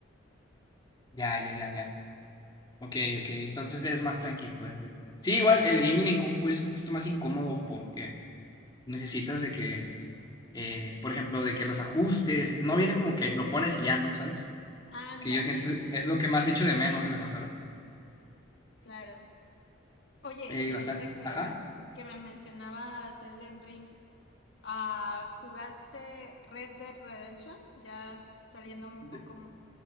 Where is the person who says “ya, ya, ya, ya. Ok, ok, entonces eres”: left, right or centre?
Left